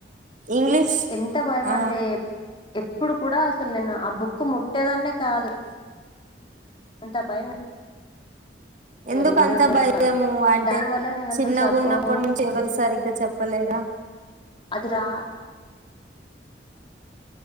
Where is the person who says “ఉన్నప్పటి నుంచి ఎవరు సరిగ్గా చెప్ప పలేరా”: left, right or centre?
Right